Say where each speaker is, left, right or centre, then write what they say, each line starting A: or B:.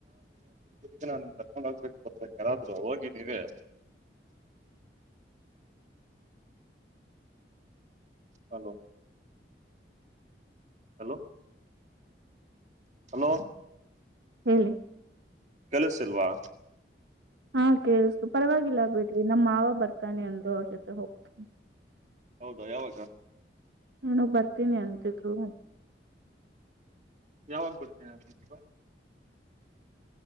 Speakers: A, on the right (about 40°); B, on the right (about 75°).
A: ಕ್ಕೆ ನಾ ನಿನ್ ಕರ್ಕೊಂಡ್ ಹೋಗ್ಬೇಕು ಬರ್ಬೇಕ ಕಯಾರಾದ್ರೂ ಹೋಗಿ ನೀವೇ ಹಲೋ ಹಲೋ ಹಲೋ
B: ಹ್ಮ
A: ಕೆಲಸಿಲ್ವಾ
B: ಹಾ ಕೇಳಸ್ತು ಪರವಾಗಿಲ್ಲ ಬಿಡ್ರಿ ನಮ್ಮ ಮಾವ ಬರ್ತಾನೆ ಅಂದ್ರು ಅವ್ರ ಜೊತೆ ಹೋಗ್ತ
A: ಹೌದಾ ಯಾವಾಗ
B: ಏನೋ ಬರ್ತಿ ತಿನಿ ಅಂತಿದ್ರು
A: ಯಾವಾಗ ಬರ್ತೇನೆಪ್ಪ